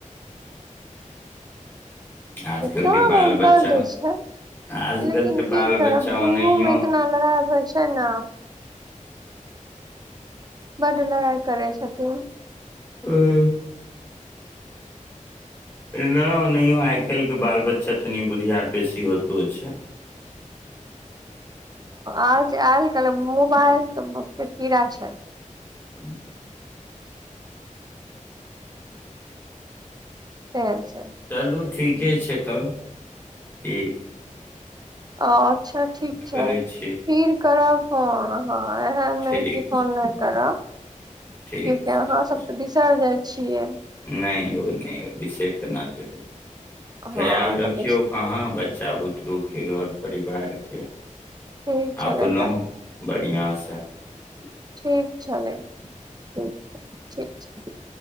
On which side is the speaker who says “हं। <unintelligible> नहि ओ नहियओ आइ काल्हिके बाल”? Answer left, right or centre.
Left